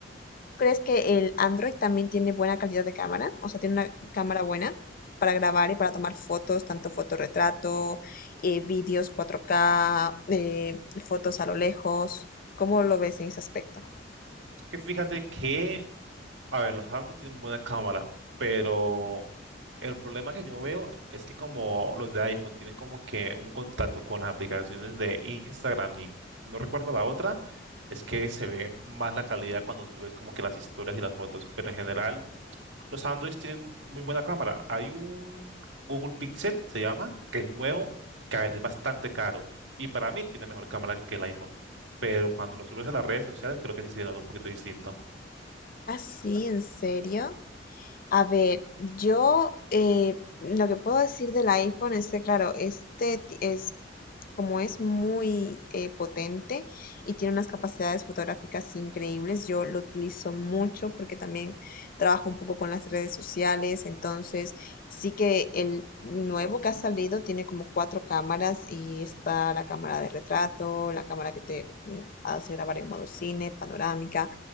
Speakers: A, on the left; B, on the right.
A: crees que el Android también tiene buena calidad de cámara? O sea, tiene una cámara buena para grabar y para tomar fotos, tanto fotorretrato, eh, vídeos 4K, eh, fotos a lo lejos. ¿Cómo lo ves en ese aspecto?
B: Es que fíjate que A ver, los Samsung tienen buena cámara, pero el problema que yo veo es que como los de iPhone tienen como que un contacto con las aplicaciones de Instagram y no recuerdo la otra, es que se ve más la calidad cuando subes como que las historias y las fotos, pero en general los Androids tienen muy buena cámara. Hay un Google Pixel, se llama, que es nuevo, que a ver, es bastante caro y para mí tiene mejor cámara que el iPhone, pero cuando lo subes a las redes sociales creo que sí se nota un poquito distinto.
A: Ah, sí, ¿en serio? A ver, yo eh, lo que puedo decir del iPhone es que, claro, este ti- es como es muy eh, potente y tiene unas capacidades fotográficas increíbles, yo lo utilizo mucho porque también trabajo un poco con las redes sociales, entonces sí que el nuevo que ha salido tiene como cuatro cámaras y está la cámara de retrato, la cámara que te mm, hace grabar en modo cine, panorámica